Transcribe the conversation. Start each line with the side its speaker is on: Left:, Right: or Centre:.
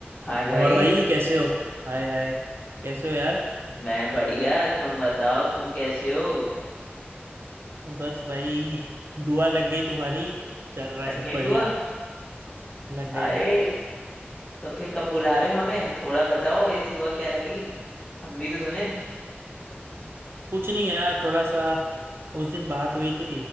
Left: हाय भाई
Right: और भाई कैसे हो Hi hi कैसे हो यार
Left: मैं बढ़िया तुम बताओ तुम कैसे हो
Right: बस भाई दुआ लग गई तुम्हारी चल रहा
Left: लग
Right: है सब
Left: गई
Right: बढ़िया
Left: दुआ
Right: लग गई
Left: अरे
Right: लग गई
Left: तो फिर कब बुला रहे हो हमें थोड़ा बताओ ऐसी दुआ क्या लगी हम भी तो सुने
Right: कुछ नहीं यार थोड़ा सा उस दिन बात हुई थी